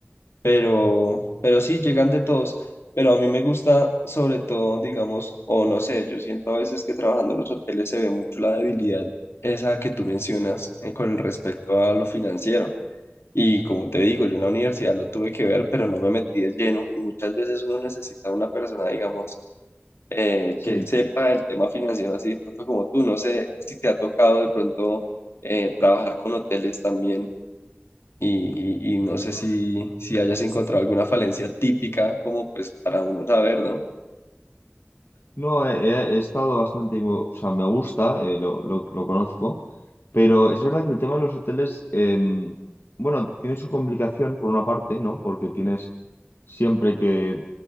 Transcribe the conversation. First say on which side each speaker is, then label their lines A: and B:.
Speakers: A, on the left; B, on the left.
A: Pero, pero sí, llegan de todos. Pero a mí me gusta, sobre todo, digamos, o no sé, yo siento a veces que trabajando en los hoteles se ve mucho la debilidad esa que tú mencionas eh, con el respecto a lo financiero. Y como te digo, yo en la universidad lo tuve que ver, pero no me metí de lleno. Y muchas veces uno necesita una persona, digamos, eh,
B: Sí.
A: que sepa el tema financiero así de pronto como tú. No sé si te ha tocado de pronto eh, trabajar con hoteles también y, y- y no sé si, si hayas encontrado alguna falencia típica como pues para uno saber, ¿no?
B: No, he, he- estado bastante, invo- o sea, me gusta, eh, lo, lo- lo conozco, pero es verdad que el tema de los hoteles, em, bueno, tiene su complicación por una parte, ¿no? Porque tienes siempre que